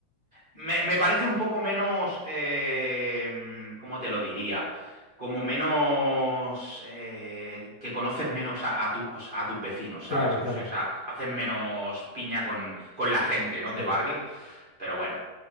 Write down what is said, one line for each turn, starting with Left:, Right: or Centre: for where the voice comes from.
Right: me, me parece un poco menos, eh, ¿cómo te lo diría? Como menos, eh, que conoces menos a, a tu- o sea, a tus vecinos,
Left: Claro,
Right: ¿sabes? No
Left: claro.
Right: sé, o sea, hacen menos piña con, con la gente, ¿no? De
Left: Sí.
Right: barrio, pero bueno,